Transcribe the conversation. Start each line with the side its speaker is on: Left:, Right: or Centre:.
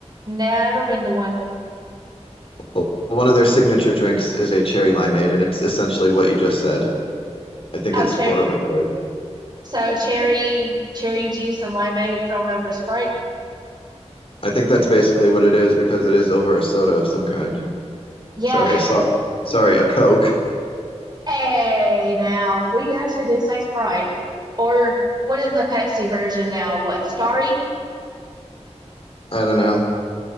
Right: Never been to one.
Left: Well, One of their signature drinks is a cherry limeade, and it's essentially what you just said. I think
Right: Oh,
Left: it's
Right: cherry.
Left: poured over Sprite.
Right: So cherry, cherry juice and limeade thrown over Sprite.
Left: I think that's basically what it is because it is over a soda of some kind.
Right: Yeah.
Left: Sorry, a soft, sorry, a Coke.
Right: Hey, now we actually do say Sprite. Or what is the Pepsi version now? What, Starry?
Left: I don't know.